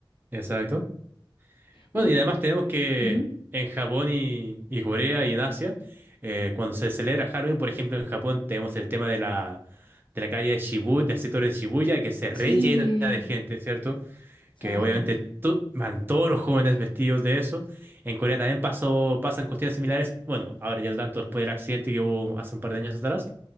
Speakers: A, on the right (about 25°); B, on the left (about 70°).
A: exacto.
B: Y,
A: Bueno, y además tenemos que
B: ujú,
A: en Japón y, y Corea y en Asia, eh, cuando se celebra Halloween, por ejemplo, en Japón tenemos el tema de la, de la calle de Shibuya, del sector de Shibuya, que se rellena
B: Sí,
A: de gente, ¿cierto?
B: exacto.
A: Que obviamente to- van todos los jóvenes vestidos de eso. En Corea también pasó, pasan cuestiones similares. Bueno, ahora ya no tanto después del accidente que hubo hace un par de años atrás,